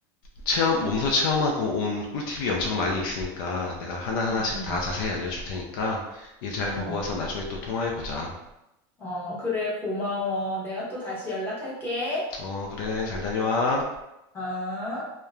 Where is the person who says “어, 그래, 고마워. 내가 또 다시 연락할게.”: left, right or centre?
Left